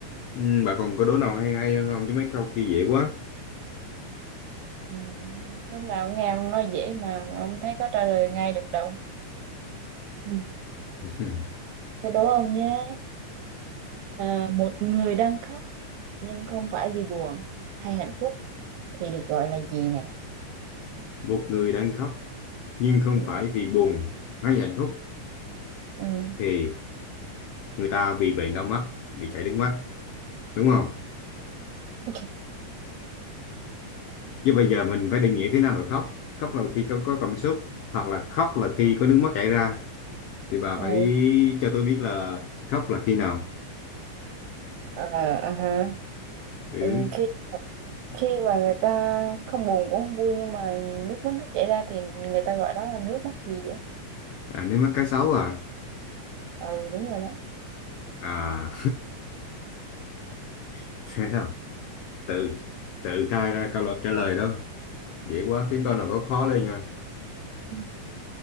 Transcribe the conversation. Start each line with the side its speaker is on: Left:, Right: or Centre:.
Left: ừ, bà còn có đố nào hay hay hơn không chứ mấy câu kia dễ quá
Right: Ừ. Lúc nào cũng nghe ông nói dễ mà ông thấy có trả lời ngay được đâu. Ừ.
Left: <laughs>
Right: Thế đố ông nhé. À, một người đang khóc nhưng không phải vì buồn hay hạnh phúc thì được gọi là gì nè?
Left: một người đang khóc nhưng không
Right: Ừ.
Left: phải vì buồn hay hạnh phúc
Right: Ừ.
Left: thì người ta bị bệnh đau mắt bị chảy nước mắt đúng không
Right: <laughs>
Left: chứ bây giờ mình phải định nghĩa thế nào là khóc khóc là khi có, có cảm xúc hoặc là khóc là khi có nước mắt chảy ra thì bà
Right: Ừ.
Left: phải cho tôi biết là khóc là khi nào
Right: Ờ, ờ ha.
Left: ừ
Right: Ừ. Khi khi mà người ta không buồn cũng không vui nhưng mà nước mắt nó chảy ra thì người ta gọi đó là nước mắt gì á?
Left: à nước mắt cá sấu à
Right: Ừ đúng rồi đó.
Left: à <laughs> thế không tự tự khai ra câu luật trả lời đó dễ quá kiếm câu nào có khó lên nha
Right: <laughs>